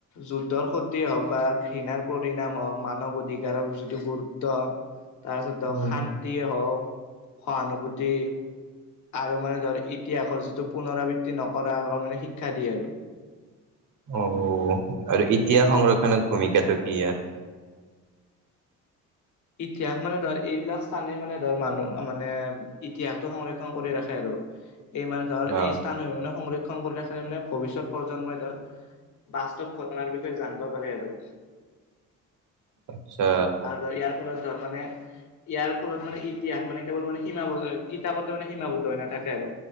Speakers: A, on the left (about 65°); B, on the right (about 75°).
A: যুদ্ধৰ ক্ষতি হওক বা ঘৃণাৰ পৰিণাম হওক মানৱ অধিকাৰৰ যিটো গুৰুত্ব তাৰপিছত ধৰক
B: উম
A: শান্তি হওক সহানুভূতি আৰু মানে ধৰ ইতিহাসৰ যিটো পুনৰাবৃত্তি নকৰাক মানে শিক্ষা দিয়ে আৰু
B: অ আৰু ইতিহাস সংৰক্ষণত ভূমিকাটো কি ই
A: ইতিহাস মানে ধৰ এইবিলাক স্থানে মানে ধৰ মানুহ মানে ইতিহাসটো সংৰক্ষণ কৰি ৰাখে আৰু এই মানে ধৰ
B: অ
A: এই স্থান মানে সংৰক্ষণ কৰি ৰাখিলে মানে ভৱিষ্যত প্ৰজন্মই ধৰক বাস্তৱ ঘটনাৰ বিষয়ে জানিব পাৰে আৰু
B: আচ্ছা
A: আৰু ইয়াৰ ফলত ধৰ মানে ইয়াৰ ফলত মানে ইতিহাস মানে কেৱল মানে সীমা কিতাপতে মানে সীমাবদ্ধ হৈ নাথাকে আৰু